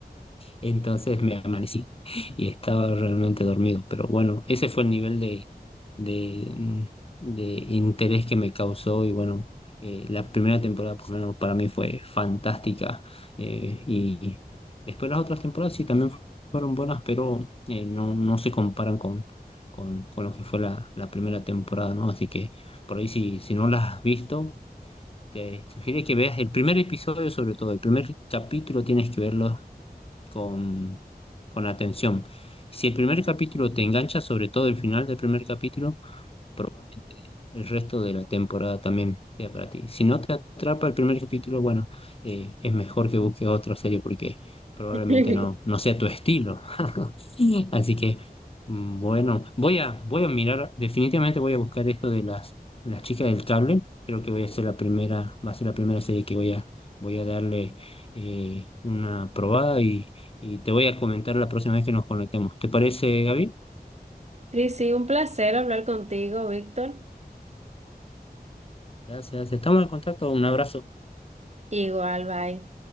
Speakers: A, on the left; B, on the right.
A: Entonces me amanecí <laughs> y estaba realmente dormido. Pero bueno, ese fue el nivel de, de, mm, de interés que me causó y bueno, eh, la primera temporada por lo menos para mí fue fantástica. eh, y después las otras temporadas sí también fueron buenas, pero eh, no, no se comparan con, con, con lo que fue la, la primera temporada, ¿no? Así que por ahí si, si no las has visto, te sugiero que veas el primer episodio sobre todo, el primer capítulo tienes que verlo con, con atención. Si el primer capítulo te engancha, sobre todo el final del primer capítulo, probablemente el resto de la temporada también sea para ti. Si no te atrapa el primer capítulo, bueno, eh, es mejor que busques otra serie porque probablemente
B: <laughs>
A: no, no sea tu estilo. <laughs> Sí. Así que, mm, bueno, voy a, voy a mirar, definitivamente voy a buscar esto de las, las chicas del cable. Creo que voy a ser la primera, va a ser la primera serie que voy a, voy a darle eh, una probada y, y te voy a comentar la próxima vez que nos conectemos. ¿Te parece, Gaby?
B: Sí, sí, un placer hablar contigo, Víctor.
A: Gracias, estamos en contacto, un abrazo.
B: Igual, bye.